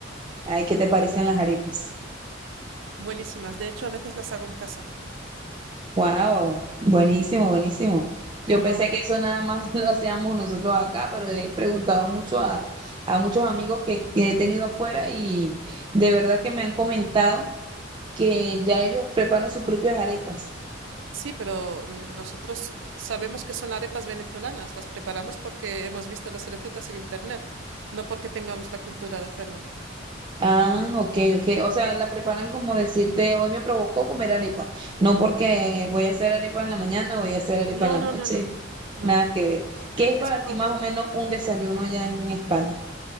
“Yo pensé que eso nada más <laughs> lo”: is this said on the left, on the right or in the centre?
Right